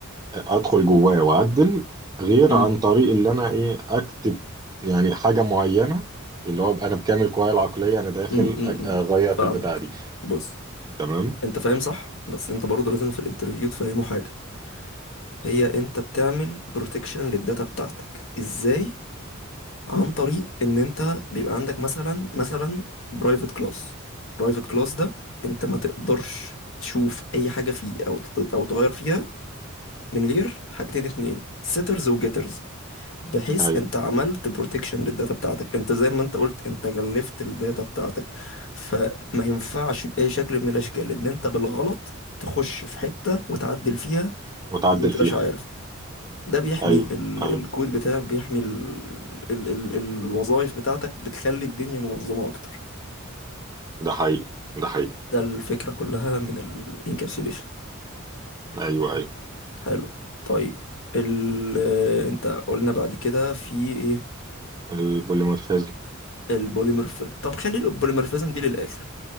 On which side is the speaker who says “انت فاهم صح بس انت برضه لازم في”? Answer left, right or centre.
Left